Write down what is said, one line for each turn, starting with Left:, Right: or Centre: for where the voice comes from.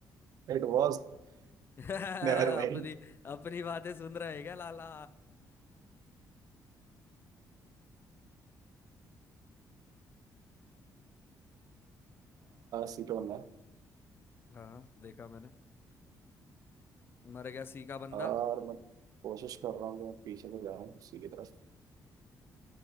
Right: It was
Left: <laughs>
Right: never mind
Left: अपनी अपनी बातें सुन रहे हैं क्या लाला
Right: C पे बनना है।
Left: हाँ देखा मैंने मर गया सी का बंदा
Right: और मैं कोशिश कर रहा हूँ कि मैं पीछे को जाऊँ सी की तरफ